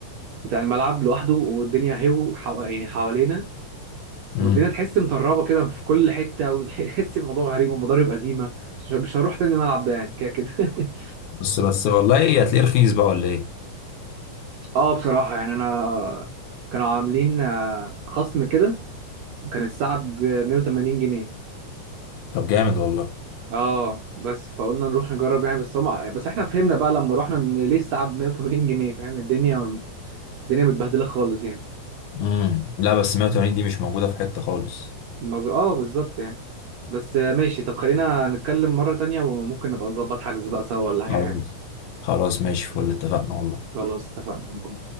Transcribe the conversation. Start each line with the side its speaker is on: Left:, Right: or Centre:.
Right: بتاع الملعب لوحده والدنيا هو حو... يعني حوالينا والدنيا
Left: امم
Right: تحس مطربه كده في كل حته وتحس الموضوع غريب ومضارب قديمه مش مش هروح تاني الملعب ده يعني كده كده <laughs>
Left: بس بس والله ايه، هتلاقيه رخيص بقى ولا ايه
Right: اه بصراحه يعني انا كانوا عاملين آه، خصم كده كان الساعه ب 180 جنيه
Left: طب جامد والله
Right: اه بس فقلنا نروح نجرب يعني بس هم بس احنا فهمنا بقى لما رحنا ان ليه الساعه ب 180 جنيه فاهم الدنيا الدنيا متبهدله خالص يعني
Left: امم لا بس 180 دي مش موجودة في حتة خالص
Right: الموضوع- اه بالظبط يعني بس آه، ماشي طب خلينا نتكلم مره تانية وممكن نبقى نظبط حجز بقى سوا ولا اي
Left: خلاص
Right: حاجه
Left: خلاص ماشي فل اتفقنا والله
Right: خلاص اتفقنا